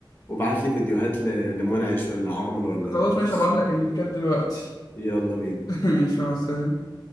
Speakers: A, on the left; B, on the left.
A: وابعت لي فيديوهات ل... لمنعش ولا عمرو ولا
B: خلاص ماشي
A: الشلة.
B: هبعتلك اللينكات دلوقتي
A: يلا بينا
B: <laughs> ماشي مع السلامة